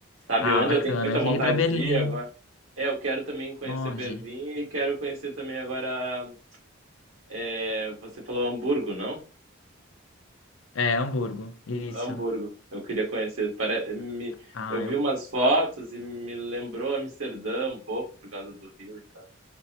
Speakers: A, on the right; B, on the left.
A: Sabe
B: Ah,
A: onde
B: bacana.
A: eu tenho muita
B: Eu
A: vontade
B: queria ir pra Berlim.
A: de ir agora? É, eu quero também conhecer
B: Onde?
A: Berlim e quero conhecer também agora, é, você falou Hamburgo, não?
B: É, Hamburgo. Isso.
A: Hamburgo. Eu queria conhecer. Pare... me-
B: Ah,
A: Eu vi
B: eu.
A: umas fotos e me lembrou Amsterdã um pouco por causa do rio e tal.